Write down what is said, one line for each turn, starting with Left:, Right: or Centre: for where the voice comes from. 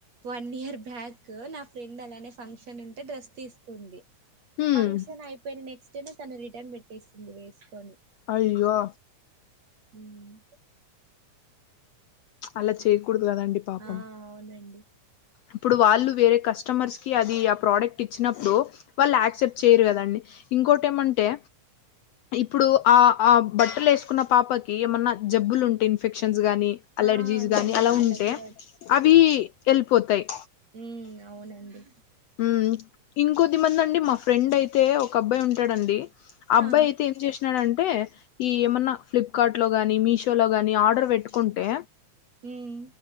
Right: వన్ ఇయర్ బ్యాక్ నా ఫ్రెండ్ అలానే ఫంక్షన్ ఉంటే డ్రెస్ తీసుకుంది
Left: ఉమ్
Right: ఫంక్షన్ అయిపోయిన నెక్స్ట్‌ డేనే తను రిటర్న్ పెట్టేసింది వేసుకొని
Left: అయ్యో
Right: ఊమ్
Left: అలా చేయకూడదు కదండి పాపం
Right: ఆ అవునండి
Left: ఇప్పుడు వాళ్ళు వేరే కస్టమర్స్ కి అది ఆ ప్రొడక్ట్ ఇచ్చినప్పుడు వాళ్ళు యాక్సెప్ చెయ్యరు గదండి ఇంకోటేమంటే ఇప్పుడు ఆ ఆ బట్టలు ఏసుకున్న పాపకి ఏమన్నా జబ్బులు ఉంటే ఇన్ఫెక్షన్స్ గానీ అలర్జీస్
Right: ఆ,
Left: గాని
Right: మళ్ళీ
Left: అలా
Right: వాళ్ళకు
Left: ఉంటే
Right: కూడా
Left: అవి ఎళ్ళిపోతాయ్
Right: ఉమ్మ్ అవునండి
Left: ఉమ్మ్ ఇంకొద్ది మంది అండి మా ఫ్రెండ్ అయితే ఒక అబ్బాయి ఉంటాడండి అబ్బాయ్
Right: ఆ
Left: అయితే ఏం చేసినాడంటే ఈ ఏమన్నా ఫ్లిప్కార్ట్‌లో గానీ మీషోలో గాని ఆర్డర్ పెట్టుకుంటే
Right: ఉమ్